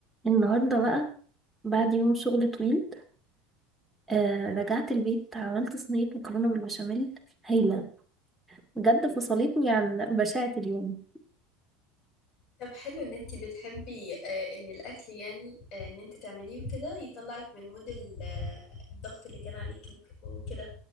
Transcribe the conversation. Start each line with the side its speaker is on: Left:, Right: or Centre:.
Centre: النهاردة بقى بعد يوم شغل طويل آه رجعت البيت عملت صينية مكرونة بالبشاميل هايلة بجد فصلتني عن بشاعة اليوم
Left: طب حلو ان انت بتحبي آه، ان الاكل يعني آه، ان انت تعمليه وكده يطلعك من مود ال- آه، الضغط اللي كان عليكي وك- وكده